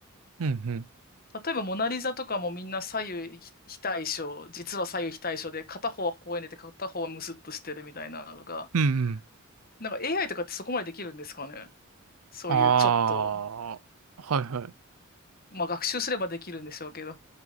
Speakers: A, on the right (about 80°); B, on the left (about 45°).
A: うん
B: 例えば、モナリザとかもみんな左右非非対称、実は左右非対称で、片方は微笑んでて、片方はムスッとしてるみたいなのが、
A: うんうん。
B: なんか AI とかってそこまでできるんですかね。そういうちょっと、
A: ああ、はいはい。
B: まあ学習すればできるんでしょうけど。